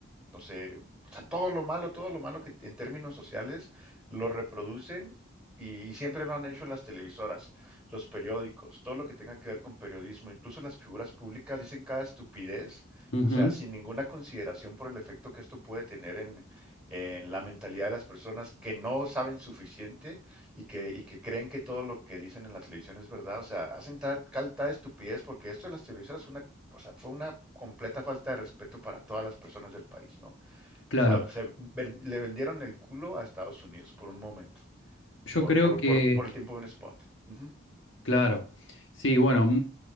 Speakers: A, in the centre; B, on the left (about 70°).
A: no sé, o sea, todo lo malo, todo lo malo que en términos sociales lo reproducen y, y siempre lo han hecho las televisoras, los periódicos, todo lo que tenga que ver con periodismo, incluso las figuras públicas dicen cada estupidez,
B: ujú,
A: o sea, sin ninguna consideración por el efecto que esto puede tener en, en la mentalidad de las personas que no saben suficiente y que, y que creen que todo lo que dicen en la televisión es verdad, o sea, hacen tal, tal estupidez porque esto de las televisoras es una o sea, fue una completa falta de respeto para todas las personas del país, ¿no?
B: Claro,
A: O sea, se ver- le vendieron el culo a Estados Unidos por un momento,
B: yo
A: por,
B: creo
A: por,
B: que,
A: por, por el tiempo de un spot. Ujú.
B: claro, sí, bueno, mm,